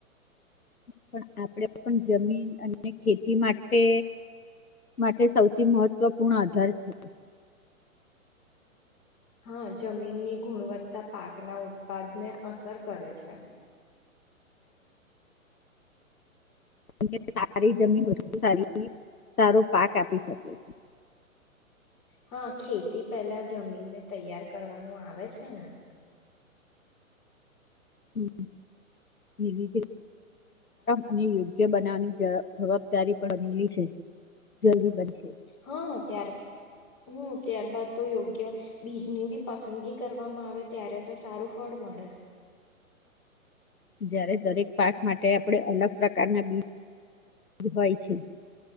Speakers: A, on the left; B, on the left.
A: પણ આપણે પણ જમીન અને ખેતી માટે માટે સૌથી મહત્વપૂર્ણ આધાર છે.
B: હા જમીનની ગુણવત્તા પાકના ઉત્પાદને અસર કરે છે.
A: જેમ કે સારી જમીન વસ્તુ સારી સારો પાક આપી શકે છે.
B: હા ખેતી પહેલા જમીનને તૈયાર કરવાનું આવે છે ને?
A: હમ. <unintelligible> અને યોગ્ય બનાવવાની જવાબદારી પણ અલી છે. જરૂરી બનશે.
B: હા ત્યાર હમ. ત્યારબાદ તો યોગ્ય બીજની બી પસંદગી કરવામાં આવે ત્યારે તો સારું ફળ મળે.
A: જારે દરેક પાક માટે આપણે અલગ પ્રકારના બીજ હોય છે.